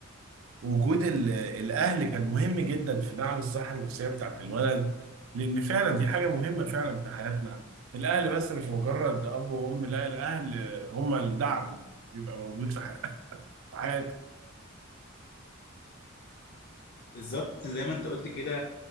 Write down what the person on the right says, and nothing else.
وجود ال... الاهل كان مهم جدا في دعم الصحة النفسية بتاعت الولد لان فعلا دي حاجة مهمة فعلا في حياتنا الاهل بس مش مجرد اب وام لا الاهل هم الدعم اللي بيبقى موجود في حياتنا